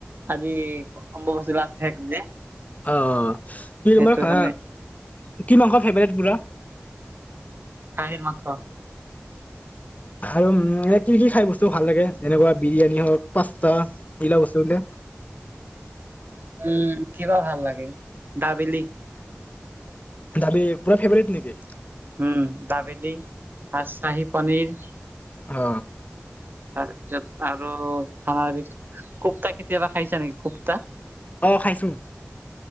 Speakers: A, on the right (about 55°); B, on the left (about 35°).
A: আজি অম্বুবাচী লাষ্ট শেষ যে।
B: অ কি
A: সেইটো
B: কি
A: কাৰণে।
B: মাংসৰ ফেভাৰট পুৰা।
A: খাহীৰ মাংস।
B: আৰু উম এ কি কি খাই বস্তু ভাল লাগে এনেকুৱা বিৰিয়ানী হওক পাস্তা এইগিলা বস্তু বোলে।
A: উম কিবা ভাল লাগে দাবিলি।
B: দাবি পুৰা ফেভাৰট নেকি।
A: উম ডাবেলি আৰু চাহী পনীৰ।
B: অ।
A: তাৰপিছত আৰু খানাৰ ভিতৰত কুপ্তা কেতিয়াবা খাইছা নেকি কুপ্তা।
B: অ খাইছো।